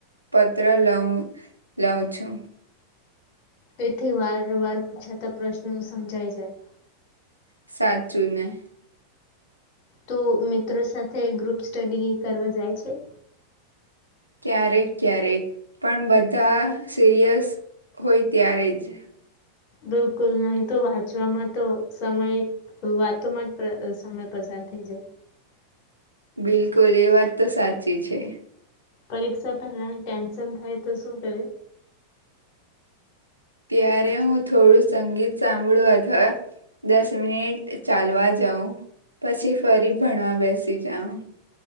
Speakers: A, on the right (about 85°); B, on the left (about 40°).
A: પત્ર લઉ લઉં છું.
B: તેથી વારવાર પૂછાતા પ્રશ્નો સમજાય જાય.
A: સાચું ને.
B: તો મિત્રો સાથે ગ્રુપ સ્ટડી કરવા જાય છે.
A: ક્યારેક ક્યારેક પણ બધા સિરિયસ હોય ત્યારે જ
B: બિલકુલ નહી તો વાંચવામાં તો સમય વાતોમાં જ સમય પસાર થઈ જાય.
A: બિલકુલ એ વાત તો સાચી છે.
B: પરીક્ષા પહેલાની ટેન્શન થાય તો શું કરે?
A: ત્યારે હું થોડું સંગીત સાંભળું અથવા દસ મિનિટ ચાલવા જાઉ પછી ફરી ભણવા બેસી જાઉ.